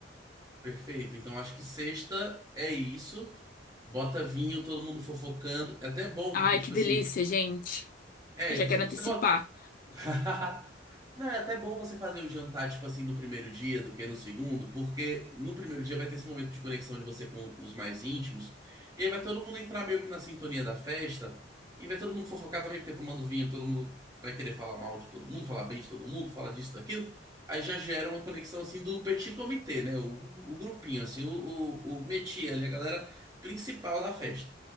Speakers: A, on the right; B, on the left.
A: Perfeito. Então acho que sexta é isso. Bota vinho, todo mundo fofocando. É até bom,
B: Ai,
A: porque, tipo
B: que delícia,
A: assim,
B: gente.
A: É,
B: Já quero
A: tipo,
B: antecipar.
A: se você botar <laughs> Não, é até bom você fazer o jantar, tipo assim, no primeiro dia do que no segundo, porque no primeiro dia vai ter esse momento de conexão de você com os mais íntimos, e aí vai todo mundo entrar meio que na sintonia da festa, e vai todo mundo fofocar também, porque tomando vinho todo mundo vai querer falar mal de todo mundo, falar bem de todo mundo, falar disso, daquilo, aí já gera uma conexão assim do petit comité, né? O, o grupinho, assim, o, o, o métier ali, a galera principal da festa.